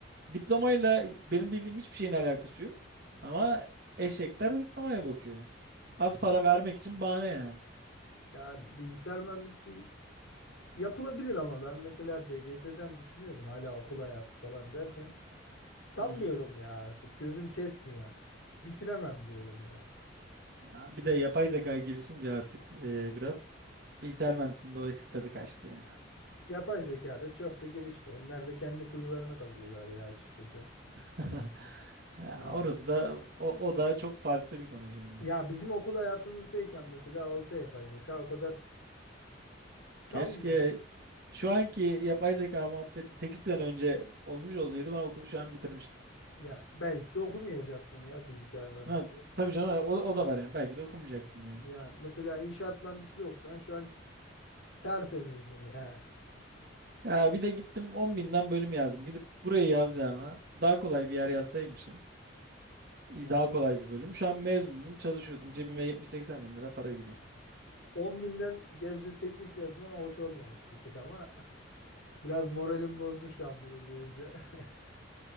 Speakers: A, on the right; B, on the left.
A: diplomayla benim bildiğim hiçbir şeyin alakası yok. Ama eşekler diplomaya bakıyor. Az para vermek için bahane yani.
B: yani bilgisayar mühendisliği yapılabilir ama ben mesela DGS'den düşünüyordum hala okul hayatı falan derken sanmıyorum
A: Hı hı.
B: ya artık gözüm kesmiyor. Bitiremem diyorum ya.
A: Ya bir de yapay zeka gelişince artık e, biraz bilgisayar mühendisliğinde o eski tadı kaçtı ya.
B: Yapay zeka da çok da gelişmiyor. Onlar da kendi kuyularını kazıyorlar ya açıkçası.
A: <laughs> Ya
B: Val-
A: orası da o, o da çok farklı bir konu şimdi.
B: Ya bizim okul hayatımızdayken mesela olsa yapay zeka o kadar sanmıyor.
A: Keşke şu anki yapay zeka muhabbeti 8 sene önce olmuş olsaydı ben okulu şu an bitirmiştim.
B: Ya belki de okumayacaktın ya bilgisayar mühendisliği.
A: Ha, tabii canım o, o da var yani. Belki de okumayacaktım yani.
B: Ya mesela inşaat mühendisliği okusan şu an tertemizdin ya.
A: Ya bir de gittim on binden bölüm yazdım. Gidip burayı yazacağıma daha kolay bir yer yazsaymışım. İyi,
B: Ya
A: Daha kolay bir bölüm. Şu an mezundum, çalışıyordum. Cebime 70-80 bin lira para giriyor.
B: 10 binden Gebze Teknik yazma hoş olmamış bir tık ama <laughs> biraz moralim bozdu şu an bunu duyunca. <laughs>